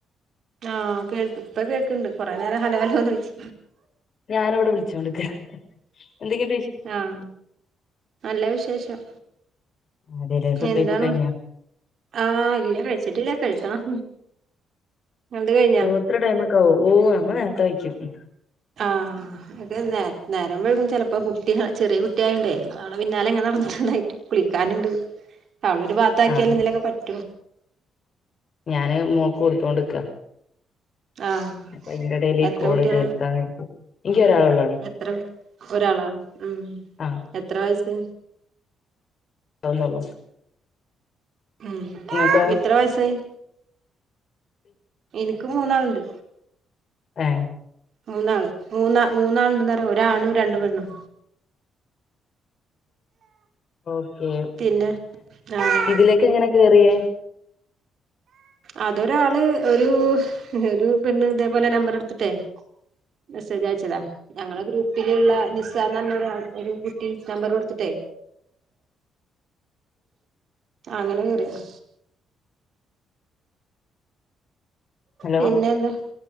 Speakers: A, on the right (about 60°); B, on the left (about 50°).
A: ആഹ് കേൾക്ക ഇപ്പ കേൾക്കണ്ട് കൊറെ നേരം ഹല ഹലോന്ന് വെച്ചി
B: ഞാന ഇവിടെ വിളിച്ചോണ്ടിരിക്ക എന്തൊക്കെയു
A: ആഹ നല്ല വിശേഷം
B: അതെല്ലേ ഫുഡ്
A: എന്താണ്
B: കഴിപ്പൊക്കെ കഴിഞ്ഞോ
A: ആഹ് ഇല്ല കഴിച്ചിട്ടില്ല കഴിക്കണം ങ്ങളത് കഴിഞ്ഞാ
B: ഓഹ് ഇത്ര ടൈമ് ഒക്കെ ആവോ ഓ നമ്മൾ നേരത്ത യ്ക്കും <inaudible>
A: ആഹ് നേ നേരം വെയികും ചെലപ്പോ കുട്ടി ചെറിയ കുട്ടിയായുണ്ടേ അവളെ പിന്നാലെ ങ്ങനെ നടന്നിട്ടും തായിട്ടും കുളിക്കാന്ണ്ട് അവള ഒരു ഭാത്ത ആക്കിയാലെ
B: ആഹ്
A: എന്തലൊക്കെ പറ്റു
B: ഞാന് മോക്ക് കൊടുത്തോണ്ട്ക്ക
A: ആഹ്
B: അപ്പൊ അയിന്റെ എടേൽ ഈ
A: എത്ര
B: കോള്
A: കുട്ടികളാ
B: തീർക്കാൻ നിക്കും ഇങ്കി ഒരാള ള്ളു ടാ
A: എത്ര ഒരാളാ മ്മ്
B: ആഹ്
A: എത്ര വയസ്
B: അതന്നെള്ളു
A: മ്മ്
B: ഇങ്ങക്കോ
A: എത്ര വയസായി ഇന്ക്ക് മൂന്നാള്ണ്ട്
B: ഏ
A: മൂന്നാള് മൂന്നാ മൂന്നാള് എന്ത്ന്നറിയ ഒരാണ് രണ്ട് പെണ്ണും
B: ഓക്കേ
A: പിന്നെ ആഹ്
B: ഇതിലേക്ക് എങ്ങനെ കേറിയേ
A: അതൊരാള് ഒരു ഒരു പെണ്ണ് ഇതേപോലെ നമ്പർ എടുത്തിട്ടേ മെസ്സേജ് അയച്ചതാ ഞങ്ങളെ ഗ്രൂപ്പില് ള്ള നിസ്സ നറഞ്ഞ ഒരു കുട്ടി നമ്പർ കൊടുത്തിട്ടേ
B: <inaudible>
A: അങ്ങനെ കേറിയതാ
B: ഹലോ
A: പിന്നെന്താ